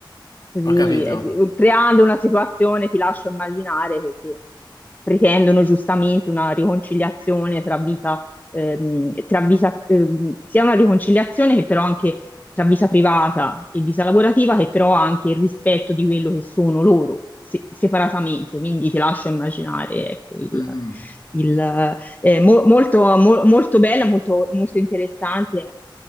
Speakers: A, on the left; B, on the left.
A: così,
B: Ho capito.
A: eh, creando una situazione, ti lascio immaginare, che, che pretendono giustamente una riconciliazione tra vita, ehm, tra vita, ehm, sia una riconciliazione che però anche tra vita privata e vita lavorativa, che però ha anche il rispetto di quello che sono loro. se- separatamente, quindi ti lascio immaginare, ecco, il,
B: Mhm.
A: il, eh, mo- molto, mo- molto bella, molto, molto interessante,